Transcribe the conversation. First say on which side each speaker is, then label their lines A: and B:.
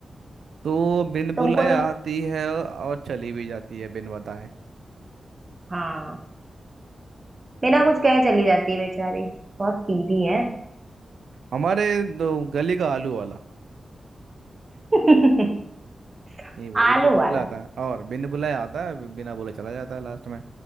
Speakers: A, on the right; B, on the right.
A: तो बिन बुलाए
B: तुमको
A: आती
B: तो
A: है और चली भी जाती है बिन बताए
B: हाँ बिना कुछ कहे चली जाती है बेचारी बहुत सीधी है
A: हमारे दो गली का आलू वाला
B: <laughs>
A: ये वो भी
B: आलू
A: बिन बुलाता
B: वाला
A: है और बिन बुलाए आता है बिना बोले चला जाता है लास्ट में